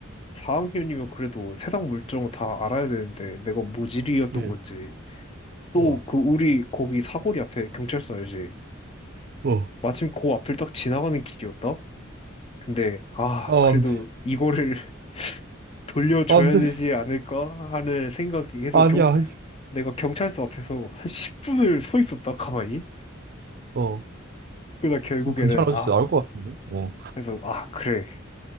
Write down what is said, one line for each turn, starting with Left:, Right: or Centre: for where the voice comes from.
Left: 4학년이면 그래도 세상 물정 다 알아야 되는데 내가 모질이었던
Right: 그지?
Left: 건지 또
Right: 어,
Left: 그 우리 거기 사거리 앞에 경찰서 알지?
Right: 어.
Left: 마침 그 앞을 딱 지나가는 길이었다? 근데 아
Right: 아,
Left: 그래도
Right: 안 돼.
Left: 이거를 <laughs> 돌려줘야
Right: 아, 안 돼.
Left: 되지 않을까 하는 생각이 해서
Right: 아니야,
Left: 경
Right: 아니.
Left: 내가 경찰서 앞에서 한 10분을 서 있었다 가만히
Right: 어.
Left: 그러다 결국에는
Right: 경찰 아저씨
Left: 아
Right: 나올 것 같은데? 어.
Left: 그래서 아 그래